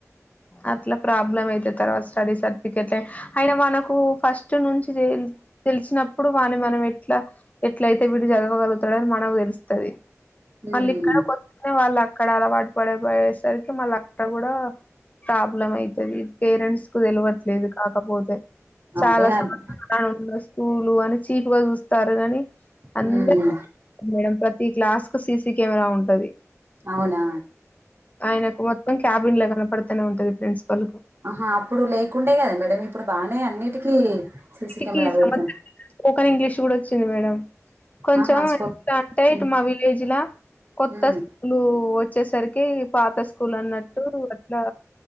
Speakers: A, on the left; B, on the right.
A: అట్లా ప్రాబ్లమ్ అయితే తర్వాత స్టడీ సర్టిఫికెట్ అయిన మనకు ఫస్ట్ నుంచి చేయిం తెలిసినప్పుడు వాని మనం ఎట్లా ఎట్ల అయితే వీడు చదవగలుగుతాడని మనకు తెలుస్తది
B: హ్మ్
A: మళ్ళీ ఇక్కడ కొత్తగా వాళ్ళు అక్కడ అలవాటు పడపోయేసరికి మళ్ళ అక్కడ కూడా ప్రాబ్లం అయితది పేరెంట్స్ కు తెలివట్లేదు కాక పోతే చాలా
B: అదే
A: సం
B: అద్
A: ఫలానా స్కూలు అని చీప్ గా చూస్తారు కాని అందరూ
B: హ్మ్
A: మేడం ప్రతి క్లాస్ కు సిసి కెమెరా ఉంటది
B: అవునా
A: ఆయనకు మొత్తం క్యాబిన్ లో కనపడుతనే ఉంటది ప్రిన్సిపల్ కు
B: ఆహా అప్పుడు లేకుండే కదా మేడం ఇప్పుడు బానే అన్నిటికీ సీసీ
A: టికి
B: కెమెరాలు
A: సంవత్సరం
B: పెడుతునయి
A: స్పోకన్ ఇంగ్లీష్ కూడా వచ్చింది మేడం కొంచెం
B: ఆహా స్పో
A: ఎలా అంటే
B: హ్మ్
A: ఇటు మా విలేజ్ కొత్త
B: హ్మ్
A: లు వచ్చేసరికి పాత స్కూల్ అన్నట్టు అట్లా